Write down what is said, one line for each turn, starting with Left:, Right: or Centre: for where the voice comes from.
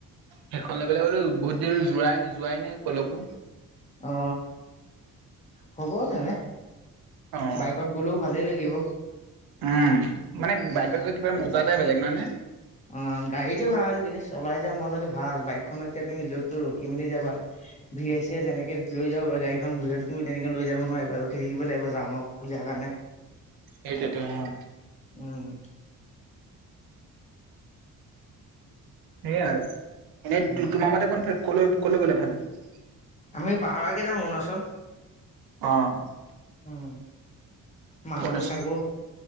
Right: সেইখন লৈ পেলাই গ'লো বহুত দিন যোৱাই-যোৱাই নাই কতো।
Left: অ হ'ব তেনে
Right: অ
Left: বাইকত গ'লেও ভালেই লাগিব।
Right: উম' মানে
Left: উম
Right: বাইকত গৈ কিবা মজা এটাই বেলেগ নহয় নে।?
Left: অ' গাড়ীটো ভাল কিন্তু চলাই যোৱা মজাটো ভাল বাইকখনত এতিয়া তুমি য'ত তো ৰখি মেলি যাবা। ভিৰে চিৰে এ যেনেকে লৈ যাব পাৰে, গাড়ীখন ভিৰৰত তুমি তেনেকে লৈ যাব নোৱাৰিবা ৰখি থাকিব লাগিব জামৰ খুলাৰ কাৰণে। <unintelligible>
Right: সেইটোেতো অ'।
Left: উম'
Right: সেয়াই এনেই
Left: উম।
Right: তোমাৰ মতে ক কলে কলে গ'লে ভাল হব?
Left: আমি পাহাৰকে যাম অৰুণাচল।
Right: অ'
Left: উম মাকোঁৰ-চাকোঁৰ
Right: অৰুণাচল